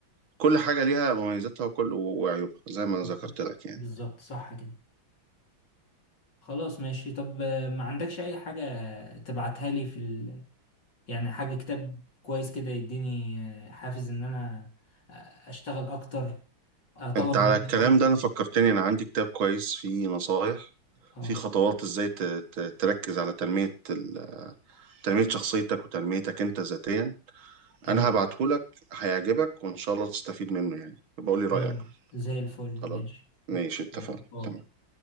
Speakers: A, on the right; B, on the left.
A: كل حاجه ليها مميزاتها وكل وعيوبها زي ما
B: بالظبط
A: ذكرت لك يعني
B: بالظبط صح كده خلاص ماشي طب آه، ما عندكش اي حاجة تبعتها لي في ال... يعني حاجة كتاب كويس كده يديني آه، حافز ان انا آه، اشتغل اكتر اه اطور
A: انت
B: من
A: على الكلام
B: نفسي أكتر.
A: ده انا فكرتني انا عندي كتاب كويس فيه نصايح
B: اه
A: في خطوات ازاي ت- ت- تركز على تنميه ال- تنميه شخصيتك وتنميتك انت ذاتيا
B: جميل
A: انا هبعته لك هيعجبك وان شاء الله تستفيد منه يعني بقول لي رايك
B: خلاص، زي الفل
A: خلاص
B: ماشي
A: ماشي اتفقنا
B: تمام. اه
A: تمام